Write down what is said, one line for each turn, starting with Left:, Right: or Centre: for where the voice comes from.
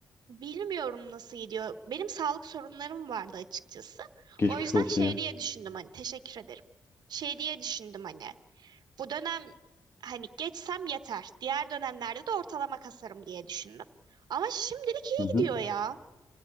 Right: bilmiyorum nasıl gidiyor. Benim sağlık sorunlarım vardı açıkçası.
Left: Geçmiş
Right: O yüzden
Left: olsun
Right: şey
Left: ya.
Right: diye düşündüm hani teşekkür ederim. Şey diye düşündüm hani bu dönem hani geçsem yeter. Diğer dönemlerde de ortalama kasarım diye düşündüm. Ama şimdilik iyi
Left: Hı hı.
Right: gidiyor ya.